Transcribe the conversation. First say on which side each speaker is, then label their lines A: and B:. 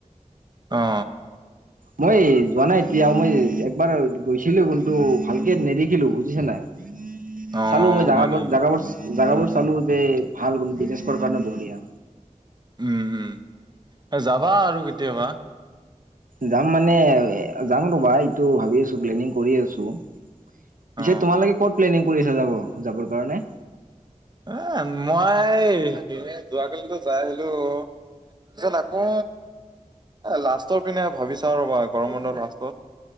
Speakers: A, on the right (about 30°); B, on the right (about 85°).
A: অ
B: মই যোৱা নাই এতিয়া, মই একবাৰ গৈছিলো কিন্তু ভালকে নেদেখিলো বুজিছ নাই।
A: অ
B: চালো মই জাগাবোৰ
A: হয় নেকি
B: জাগাবোৰ- জাগাবোৰ চালো যে ভাল গলো বিজনেছ কৰাৰ কাৰণে বঢ়িয়া।
A: উম', উম, এ যাবা আৰু কেতিয়াবা।
B: যাম মানে যাম ৰ'বা এইটো ভাবি আছো প্লেনিং কৰি আছো। পিছে
A: অ
B: তোমালোকে কত প্লেনিং কৰি আছা যাব যাবৰ কাৰণে?
A: এ মই যোৱাকালিটো যাই আহিলো। যা লগবো। এ লাষ্টৰ পিনে ভাবি চাওঁ ৰ'বা গৰম বন্ধ লাষ্টত।